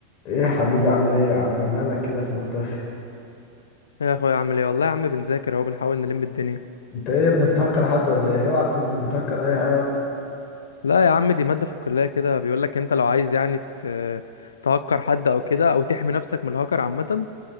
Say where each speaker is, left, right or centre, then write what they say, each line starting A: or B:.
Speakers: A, on the left; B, on the left.
A: ايه يا حبيبي عامل ايه يا عم مالك كده في مختفي
B: يا اخويا عامل ايه والله يا عم بنذاكر اهو بنحاول نلم الدنيا
A: انت ايه يا ابني بتهكر حد ولا ايه اوعى تكون بتهكر اي حاجه
B: لا يا عم دي مادة في الكلية كده بيقول لك انت لو عايز يعني ت- تهكر حد او كده او تحمي نفسك من الهكر عامة